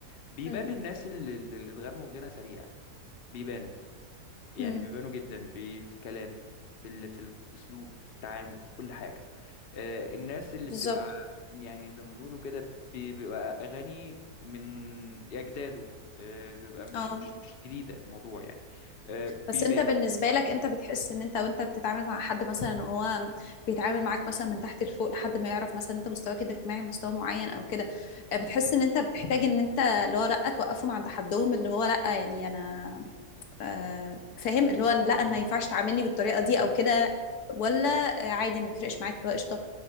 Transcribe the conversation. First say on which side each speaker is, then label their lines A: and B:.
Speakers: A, on the left; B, on the left.
A: بيبان
B: مم.
A: الناس اللي اللي اتغنوا غنى سريع بيبانوا يعني
B: مم.
A: بيبانوا جدا بي- في كلام في ال... في الاسلوب في التعامل في كل حاجه آه، الناس اللي
B: بالظبط
A: بتبقى يعني زي ما بنقولوا كده بي- بيبقى اغاني من اجداده آه، بيبقى مش
B: اه
A: مش مش جديده الموضوع يعني آه، بيبان
B: بس انت بالنسبة لك انت بتحس ان انت وانت بتتعامل مع حد مثلا هو بيتعامل معاك مثلا من تحت لفوق لحد ما يعرف مثلا انت مستواك الاجتماعي مستوى معين او كده آه، بتحس ان انت بتحتاج ان انت اللي هو لا توقفهم عند حدهم اللي هو لا يعني انا آه، فاهم اللي هو لا ما
A: مم.
B: ينفعش تعاملني بالطريقة دي او كده ولا آه، عادي ما بيفرقش معاك اللي هو قشطة